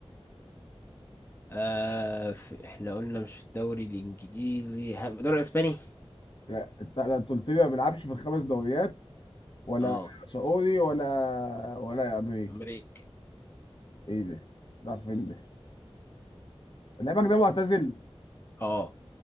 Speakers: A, on the left; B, on the left.
A: آه في... احنا قلنا مش في الدوري الانجليزي ه- في الدوري الاسباني
B: لا انت لا، أنت قلت لي ما بيلعبش في الخمس دوريات ولا
A: اه
B: سعودي ولا ولا امريكي
A: أمريكا
B: ايه ده؟ بيلعب فين ده؟ لعيبك ده معتزل؟
A: اه